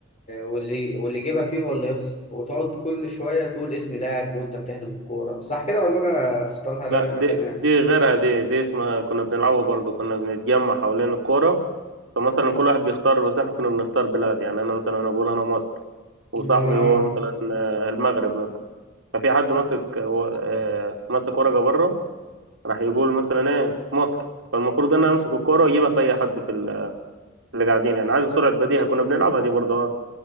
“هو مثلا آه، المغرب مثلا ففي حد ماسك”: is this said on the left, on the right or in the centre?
Right